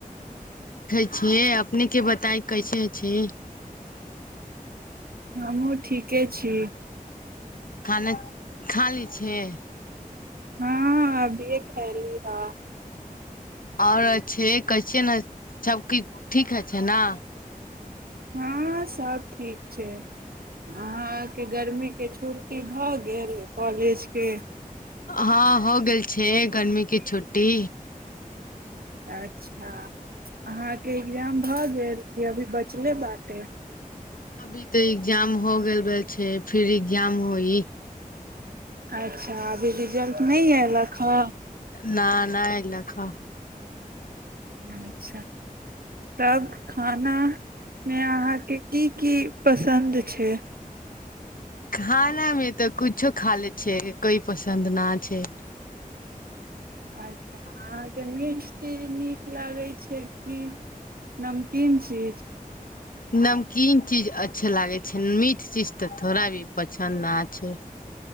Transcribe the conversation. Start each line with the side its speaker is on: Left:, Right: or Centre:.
Left: छिय अपने के बताय कैसे छै
Right: हमहूँ ठीके छी
Left: खाना खाली छै हँ
Right: हँ अभी खैल ह
Left: आओर छै कहै छियै ने सभकिछु ठीक हइ छै ने
Right: हँ सभ ठीक छै अहाँके गर्मीके छुट्टी भऽ गेल कॉलेजके
Left: हँ हो गेल छै गर्मीे छुट्टी
Right: अच्छा अहाँके एग्जाम भऽ गेल कि अभी बचले बाटे
Left: अभी तऽ एग्जाम हो गेल रहल छै फिर जाम होइ
Right: अच्छा अभी रिजल्ट नहि अयलक हे
Left: न नहिा इ लख
Right: अच्छा तब खानामे अहाँके की की पसन्द छै
Left: खाना मे तऽ कुछो खा ले छै कोई पसन्द न छै
Right: अच्छा अहाँके मीठ चीज नीक लागैत छै कि नमकीन चीज
Left: नमकीन चीज अच्छे लागे छै मीठ चीज तऽ ोड़ा भी पसन्द आ छै